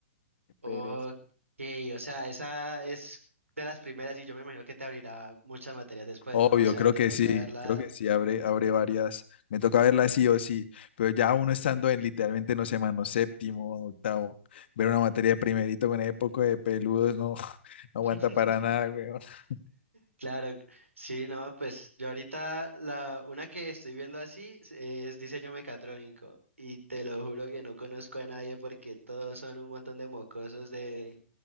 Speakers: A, on the left; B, on the right.
A: qué
B: Ok,
A: pereza.
B: o sea, esa es de las primeras y yo me imagino que te abrirá muchas materias después,
A: Obvio,
B: ¿no? O sea,
A: creo
B: te
A: que
B: toca
A: sí,
B: verla.
A: creo que sí, abre, abre varias. Me toca verla sí o sí, pero ya uno estando en literalmente, no sé, mano, séptimo, octavo, ver una materia de primerito con ese poco de peludos, no, <laughs> no aguanta
B: <laughs>
A: para nada, weón. <laughs>
B: Claro, sí, no, pues yo ahorita la una que estoy viendo así es es diseño mecatrónico y te lo juro que no conozco a nadie porque todos son un montón de mocosos de,